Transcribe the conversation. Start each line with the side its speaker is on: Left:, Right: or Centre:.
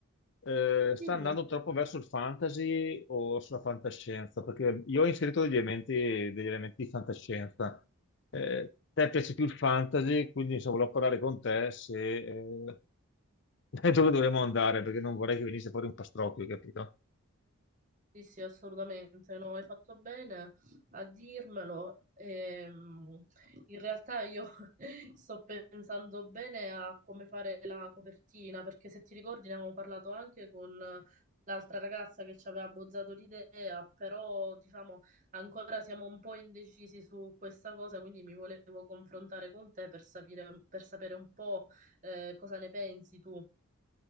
Left: eh, sta
Right: dimmi,
Left: andando troppo verso il fantasy o sulla fantascienza, perché io ho inserito degli elementi, degli elementi di fantascienza. Eh, te piace più il fantasy, quindi insomma, volevo parlare con te se, eh, <laughs> dove dovremmo andare, perché non vorrei che venisse fuori un pastrocchio, capito?
Right: sì, sì, assolutamente, no, hai fatto bene a dirmelo. Ehm, in realtà io <laughs> sto pensando bene a come fare la copertina, perché se ti ricordi ne avevamo parlato anche con l'altra ragazza che ci aveva bozzato l'idea, però diciamo ancora siamo un po' indecisi su questa cosa, quindi mi volevo confrontare con te per sapere, per sapere un po' eh, cosa ne pensi tu.